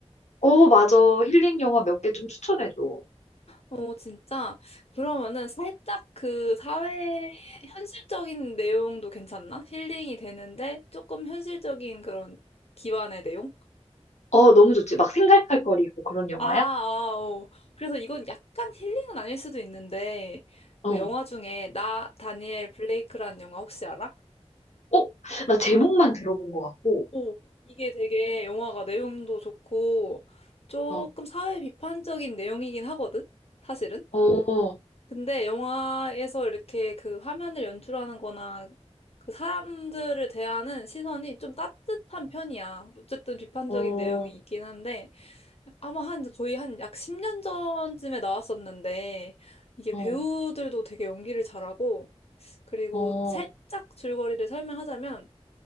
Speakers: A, on the left; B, on the left.
A: 어, 맞아. 힐링 영화 몇 개 좀 추천해줘.
B: 어, 진짜? 그러면은 살짝 그 사회 현실적인 내용도 괜찮나? 힐링이 되는데 조금 현실적인 그런 기반의 내용?
A: 어, 너무 좋지. 막 생각할 거리고 그런 영화야?
B: 아, 아, 어. 그래서 이건 약간 힐링은 아닐 수도 있는데, 그
A: 어.
B: 영화 중에 나, 다니엘 블레이크라는 영화 혹시 알아?
A: 어, 나 제목만 들어본 것 같고.
B: 오, 이게 되게 영화가 내용도 좋고 조금
A: 어,
B: 사회 비판적인 내용이긴 하거든, 사실은.
A: 어,
B: 근데 영화에서 이렇게 그 화면을 연출하는 거나 그 사람들을 대하는 시선이 좀 따뜻한 편이야. 어쨌든 비판적인
A: 어,
B: 내용이 있긴 한데 아마 한 거의 한 약 10년 전쯤에 나왔었는데 이게
A: 어,
B: 배우들도 되게 연기를 잘하고 그리고
A: 어,
B: 살짝 줄거리를 설명하자면